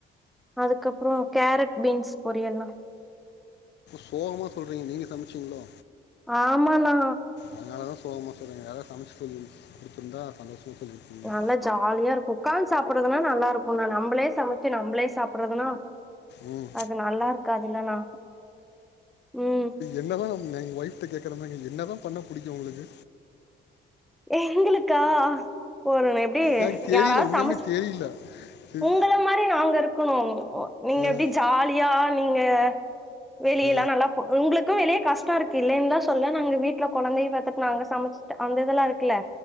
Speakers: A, in the centre; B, on the left.
A: அதுக்கப்புறம் கேரட் பீன்ஸ் பொரியல்ணா
B: சோகமா சொல்றீங்க நீங்க சமைச்சீங்களோ
A: ஆமாண்ணா
B: அதனால தான் சோகமா சொல்றீங்க யாரா சமைச்சு குடுத்துருந்தா சந்தோஷமா சொல்லிருப்பிங்க
A: நல்லா ஜாலியா இருக்கும் உக்காந்து சாப்றதுனா நல்லா இருக்கும் ணா நம்மளே சமைச்சு நம்மளே சாப்பிடறதுனா
B: ம்
A: அது நல்லா இருக்காதுல்லணா ம்
B: என்னதா எங்க ஒய்ஃப்கிட்ட கேக்குறமாறி கேக் என்னதான் பண்ண புடிக்கும் உங்களுக்கு
A: எங்களுக்கா போற எப்படி
B: எனக்கு தெரியல
A: யாராவது
B: உண்மையுமே
A: சமைச்சு
B: தெரியல சரி,
A: உங்கள மாறி நாங்க இருக்கணும் நீங்க
B: ம்
A: எப்படி ஜாலியா நீங்க வெளியலாம்
B: ஆ
A: நல்லா உங்களுக்கும் வெளியே கஷ்டம் இருக்கு இல்லலைன்னுலாம் சொல்ல நாங்க வீட்டுல குழந்தைய பாத்துட்டு நாங்க சமச்சு அந்த இதெல்லாம் இருக்குல்ல